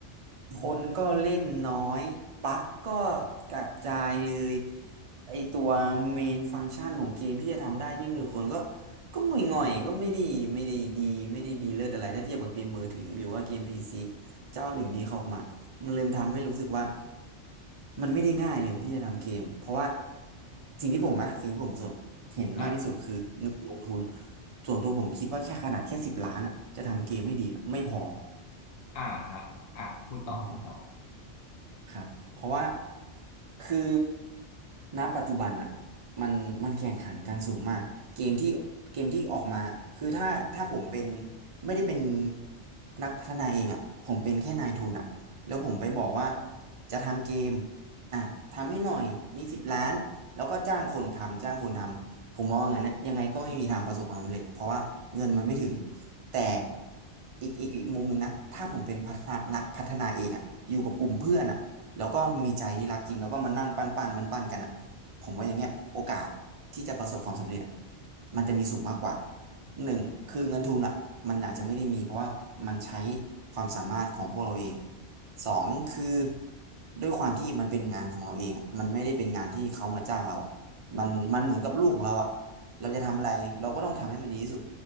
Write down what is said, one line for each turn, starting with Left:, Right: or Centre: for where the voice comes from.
Right: คนก็เล่นน้อยบั๊กก็กระจายเลยไอตัวเมนฟังก์ชันของเกมที่จะทำได้ที่มือคนก็ ก็ง่อยๆก็ไม่ได้ไม่ได้ดีไม่ได้ดีเลิศอะไรถ้าเทียบกับเกมมือถือหรือว่าเกมพีซีเจ้าอื่นนี้เขาออกมามันเริ่มทำให้รู้สึกว่ามันไม่ได้ง่ายเลยที่จะทำเกมเพราะว่าสิ่งที่ผมนะสิ่งที่ผมสนเห็นมากที่สุดคือเงินลงทุน
Left: อ่า
Right: ส่วนตัวผมคิดว่าแค่ขนาดแค่สิบล้านอะจะทำเกมให้ดีอะไม่พอ
Left: อ่าฮะอ่าพูดต่อพูดต่อ
Right: ไม่พอ ครับเพราะว่าคือณปัจจุบันอ่ะมันมันแข่งขันกันสูงมากเกมที่เกมที่ออกมาคือถ้าถ้าผมเป็นไม่ได้เป็นนักพัฒนาเองอ่ะผมเป็นแค่นายทุนอ่ะแล้วผมไปบอกว่าจะทำเกมอ่ะทำให้หน่อยมีสิบล้านแล้วก็จ้างคนทำจ้างคนทำผมมองอย่างนั้นเนี่ยยังไงก็ไม่มีทางประสบความสำเร็จเพราะว่าเงินมันไม่ถึงแต่อีกอีกอีกมุมหนึ่งนะถ้าผมเป็นพัฒนานักพัฒนาเองอ่ะอยู่กับกลุ่มเพื่อนอ่ะ แล้วก็มีใจที่รักจริงแล้วก็มานั่งปั้นปั้นมันปั้นๆกันอ่ะผมว่าอย่างเงี้ยโอกาสที่จะประสบความสำเร็จอะมันจะมีสูงมากกว่าหนึ่งคือเงินทุนอ่ะมันอาจจะไม่ได้มีเพราะว่ามันใช้ความสามารถของพวกเราเองสองคือด้วยความที่มันเป็นงานของเราเองอะมันไม่ได้เป็นงานที่เขามาจ้างเราอะมันมันเหมือนกับลูกของเราอ่ะเราจะทำอะไรเราก็ต้องทำให้มันดีที่สุด